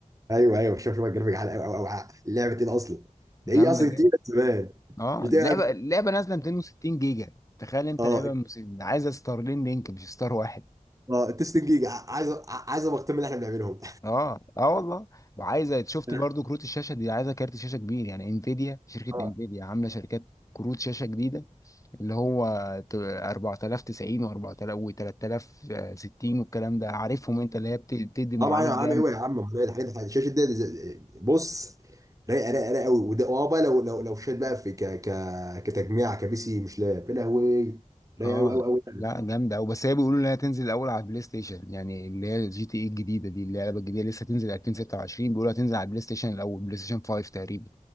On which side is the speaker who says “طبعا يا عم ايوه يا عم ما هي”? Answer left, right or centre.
Right